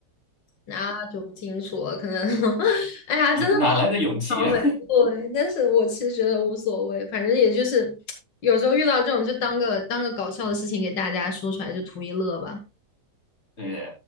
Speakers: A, on the left; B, on the left.
A: 那就不清楚了，可能，<laughs> 哎呀，
B: <laughs>
A: 真的
B: 哪来的勇气啊？
A: 不好回复哎但是我其实觉得无所谓，反正也就是 <tsk> 有时候遇到这种，就当个当个搞笑的事情给大家说出来，就图一乐吧。
B: <laughs> 对